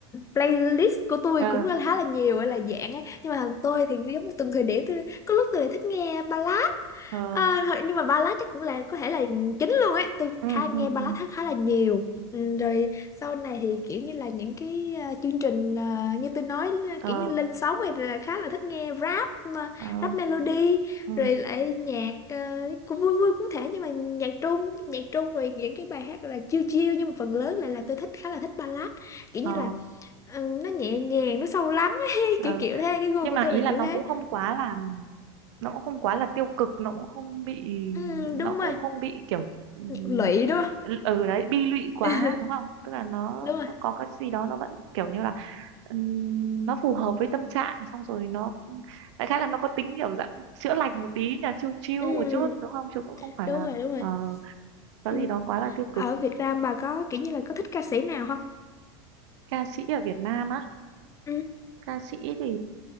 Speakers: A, on the left (about 20°); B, on the right (about 75°).
A: playlist của tôi
B: ờ
A: cũng khá là nhiều là dạng ấy nhưng mà tôi thì giống như từng thời điểm tôi có lúc tôi lại thích nghe ballad
B: ờ
A: À, thôi, nhưng mà ballad chắc cũng là có thể là chính luôn ấy tôi
B: ừ
A: khá nghe
B: ừ
A: ballad
B: ừ
A: khá, khá là nhiều
B: ừ.
A: ừ, rồi sau này thì kiểu như là những cái ờ, chương trình ờ, như tôi nói ờ,
B: ờ
A: kiểu như lên sóng thì là khá là thích nghe rap mà
B: ờ
A: rap melody
B: ừ
A: rồi lại nhạc ờ, cũng vui vui cũng thể nhưng mà nhạc trung nhạc trung rồi những cái bài hát là chill chill nhưng mà phần lớn lại là tôi thích khá là thích ballad kiểu
B: ờ
A: như là ừ, nó nhẹ nhàng nó sâu lắng ấy,
B: ờ
A: <laughs> kiểu kiểu thế cái gu
B: nhưng
A: của
B: mà
A: tôi
B: ý
A: là
B: là
A: kiểu
B: nó
A: thế
B: cũng không quá là nó cũng không quá là tiêu cực nó cũng không bị
A: ừ,
B: nó
A: đúng
B: cũng
A: rồi
B: không bị kiểu ừm,
A: nhạc lụy đúng không
B: ừ đấy bi lụy quá
A: <laughs>
B: đúng không tức là nó,
A: đúng rồi
B: nó có cái gì đó nó vẫn kiểu như là ừm, nó phù hợp với tâm trạng xong rồi nó đại khái là nó có tính kiểu dạng chữa lành một tí nhỉ chill chill
A: Ừ,
B: một chút đúng không chứ cũng không phải
A: đúng
B: là
A: rồi, đúng rồi.
B: ờ, có
A: Ừ.
B: gì đó quá là tiêu
A: Ở
B: cực
A: Việt Nam bà có kiểu như là có thích ca sĩ nào không?
B: ca sĩ ở Việt Nam á
A: Ừ,
B: ca sĩ thì